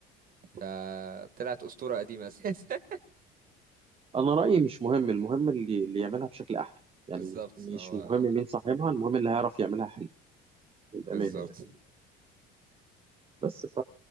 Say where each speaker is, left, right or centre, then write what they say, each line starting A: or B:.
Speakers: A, on the right; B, on the right.
A: فطلعت أسطورة قديمة اساسا <laughs>
B: انا رايي مش مهم المهم اللي, اللي يعملها بشكل احلى يعني
A: بالظبط
B: مش
A: هو
B: مهم مين صاحبها المهم اللي هيعرف يعملها حلو بامانه
A: بالظبط
B: يعني بس ف